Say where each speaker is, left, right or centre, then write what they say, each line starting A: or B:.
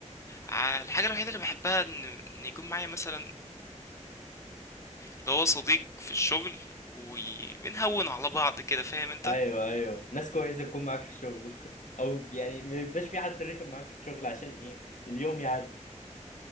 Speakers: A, on the left; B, on the left.
A: ع الحاجة الوحيدة اللي باحبها إن إن يكون معايا مثلًا اللي هو صديق في الشغل وي بنهوّن على بعض كده، فاهم أنت؟
B: ايوه ايوه ناس كويسه تكون معاك في الشغل <laughs> او يعني ما يبقاش في حد رخم معاك في الشغل عشان ايه اليوم يعدي